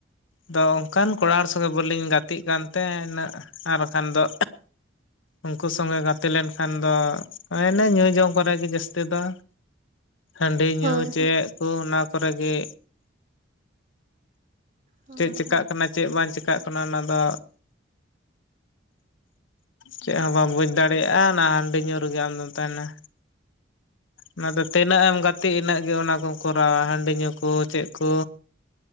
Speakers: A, on the left; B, on the right.
A: ᱟᱫᱚ ᱚᱱᱠᱟᱱ ᱠᱚᱲᱟ ᱦᱚᱲ ᱥᱚᱸᱜᱮ ᱵᱞᱤᱧ ᱜᱟᱛᱮᱜ ᱠᱟᱱᱛᱮ ᱩᱱᱟᱹᱜ ᱟᱨ ᱵᱟᱠᱷᱟᱱ ᱫᱚ ᱩᱱᱠᱩ ᱥᱚᱸᱜᱮ ᱜᱟᱛᱮ ᱞᱮᱱᱠᱷᱟᱱ ᱫᱚ ᱢᱟᱱᱮ ᱧᱩ ᱡᱚᱢ ᱠᱚᱨᱮ ᱜᱮ ᱡᱟᱹᱥᱛᱤ ᱫᱚ ᱦᱟᱺᱰᱤ
B: ᱦᱳᱭ
A: ᱧᱩ ᱪᱮᱫ ᱠᱚ ᱚᱱᱟ ᱠᱚᱨᱮ ᱜᱮ
B: ᱦᱳᱭ
A: ᱪᱮᱫ ᱪᱤᱠᱟᱹᱜ
B: ᱦᱳᱭ
A: ᱠᱟᱱᱟ ᱪᱮᱫ ᱵᱟᱝ ᱪᱤᱠᱟᱹᱜ ᱠᱟᱱᱟ ᱚᱱᱟᱫᱚ ᱪᱮᱫ ᱦᱚᱸ ᱵᱟᱢ ᱵᱩᱡ ᱫᱟᱲᱮᱭᱟᱜᱼᱟ ᱚᱱᱟ ᱦᱟᱺᱰᱤ ᱧᱩ ᱨᱮᱜᱮ ᱟᱢᱫᱚᱢ ᱛᱟᱦᱮᱱᱟ ᱚᱱᱟᱫᱚ ᱛᱤᱱᱟᱹᱜ ᱮᱢ ᱜᱟᱛᱮᱜ ᱤᱱᱟᱹᱜ ᱜᱮ ᱚᱱᱟ ᱠᱚᱢ ᱠᱚᱨᱟᱣᱟ ᱦᱟᱺᱰᱤ ᱧᱩ ᱠᱚ ᱪᱮᱫ ᱠᱚ